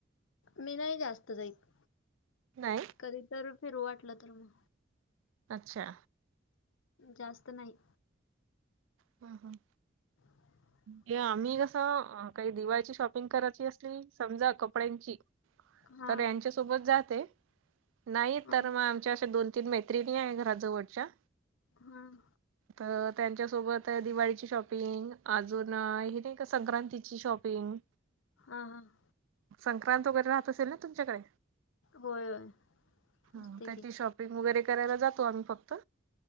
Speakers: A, on the left (about 85°); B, on the right (about 85°).
A: मी नाही जास्त जाइत,
B: नाही
A: कधी तर फिरू वाटलं तर म
B: अच्छा.
A: जास्त नाही.
B: हं हं.
A: <inaudible>
B: या आम्ही कसं काही दिवाळीची शॉपिंग करायची असली, समजा कपड्यांची
A: हा
B: तर यांच्या सोबत जाते, नाही
A: हा
B: तर म आमच्या आशा दोन तीन मैत्रिणी आहेत घराजवळच्या
A: हां.
B: तर त्यांच्यासोबत दिवाळीची शॉपिंग, अजून हे नाही का संक्रांतीची शॉपिंग
A: हां हां.
B: संक्रांत वगैरे राहत असेल ना तुमच्याकडे?
A: होय होय
B: हां
A: असते
B: त्याची
A: की
B: शॉपिंग वगैरे करायला जातो आम्ही फक्त